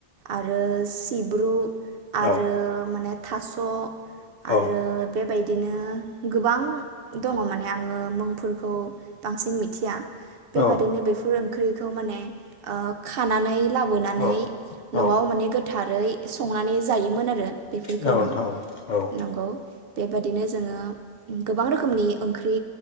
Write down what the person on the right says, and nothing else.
आरो सिब आरो
माने थास'।
आरो बे बाय इदिनो गोबां दङ माने आङो। मुंफोरखौ बांसिन मिथिया। बेबादिनो
बेफोर ओंख्रि खौ माने ओ खानानै लाब बोनानै
न'आव
माने गोथार गोरै संनानै जायोमोन आरो। बेफोरखौनो
नंगौ बेबादिनो जोङो गोबां रोखोमनि ओंख्रि।